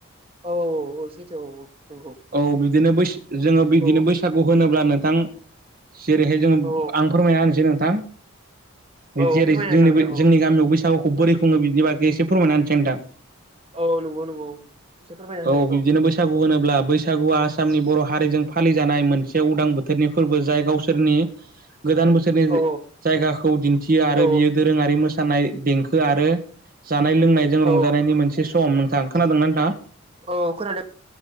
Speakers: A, on the right; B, on the right.
A: औ औ औ सैथो औ औ नंगौ।
B: औ बिदिनो बै जोङो बिदिनो
A: औ
B: बैसागु होनोब्ला नोंथां। जेरैहाय जोङ
A: औ
B: आं फोरमायना होनसै नोंथां। बिदि
A: औ
B: जेरै
A: फोरमायना
B: जोंनि
A: जागोन दे औ
B: जोंनि गामियाव बैसागुखौ बोरै खुङो बिनि बागै एसे फोरमायना होनसै नोंथां।
A: औ नंगौ नंगौ एसे फोरमायना होलाय
B: औ बिदिनो बैसागु होनोब्ला बैसागुआ आसामनि बर' हारिजों फालिजानाय मोनसे उदां बोथोरनि फोरबो जाय गावसोरनि गोदान बोसोरनि
A: औ
B: जायगाखौ दिन्थियो आरो
A: औ
B: बियो दोरोङारि मोसानाय देंखो आरो। जानाय लोंनायजों रंजानायनि
A: औ
B: मोनसे सम नोंथां खोनादोंना नोंथाङा
A: औ खोनादों